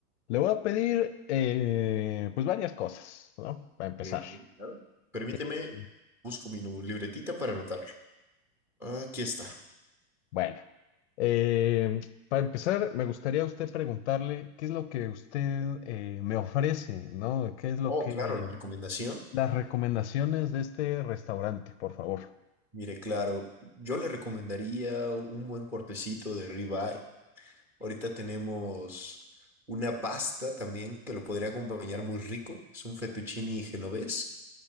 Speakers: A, on the left; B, in the centre.
A: le voy a pedir eh, pues varias cosas, ¿no? Para empezar.
B: ok, ok, claro. Permíteme,
A: Eh,
B: busco mi nu- libretita para anotarlo. Aquí está.
A: bueno, eh, para empezar, me gustaría a usted preguntarle qué es lo que usted eh, me ofrece, ¿no? ¿Qué es lo
B: Oh,
A: que...
B: claro, la recomendación.
A: Las recomendaciones de este restaurante, por favor.
B: Mire, claro, yo le recomendaría un buen cortecito de ribeye. Ahorita tenemos una pasta también que lo podría acompañar muy rico. Es un fettuccine genovés